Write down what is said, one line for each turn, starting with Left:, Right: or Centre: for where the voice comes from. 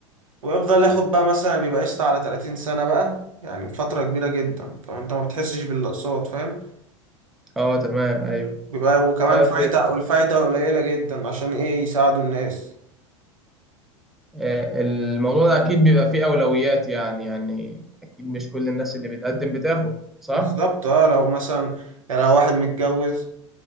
Right: ويفضل ياخد بقى مثلا بيبقى قسط على تلاتين سنة بقى يعني فترة كبيرة جدا فأنت ما بتحسش بالأقساط فاهم
Centre: اه تمام ايوه
Right: بيبقى وكمان
Centre: طيب
Right: فايدة والفايدة قليلة جدا عشان إيه يساعدوا الناس
Centre: آه، الموضوع ده اكيد بيبقى فيه اولويات يعني يعني اكيد مش كل الناس اللي بتقدم بتاخد صح
Right: بالظبط اه لو مثلا يعني لو واحد متجوز